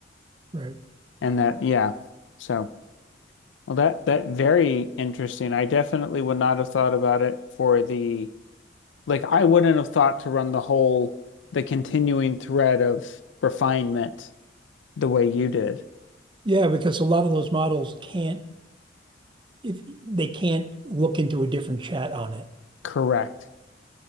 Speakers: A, on the right (about 25°); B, on the left (about 75°).
A: Right.
B: And that, yeah. So, well, that that very interesting. I definitely would not have thought about it for the like I wouldn't have thought to run the whole the continuing thread of refinement the way you did.
A: Yeah, because a lot of those models can't if they can't look into a different chat on it.
B: Correct.